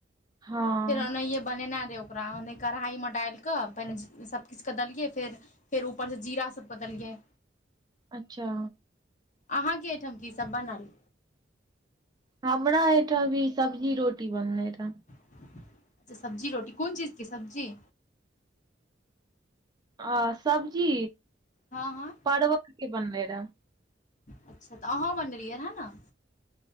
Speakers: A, on the right; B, on the left.
A: हँ
B: एक दिन ओनाहिये बनेना रहय ओ ओकरा ओने कढ़ाई मे डालिकऽ, पहिने सबकिछुके देलियै फेर फेर ऊपर स जीरा सब के दलिय।
A: अच्छा
B: आहाँ के ओइठाम की सब बनल
A: हमरा एहिठाम भी सब्जी रोटी बनलै रहऽ।
B: अच्छा सब्जी रोटी, कौन चीज के सब्जी।
A: आ सब्जी
B: हँ हँ
A: परवल के बनलै रहऽ
B: अच्छा, तऽ अहाँ बनेलिय रहे न।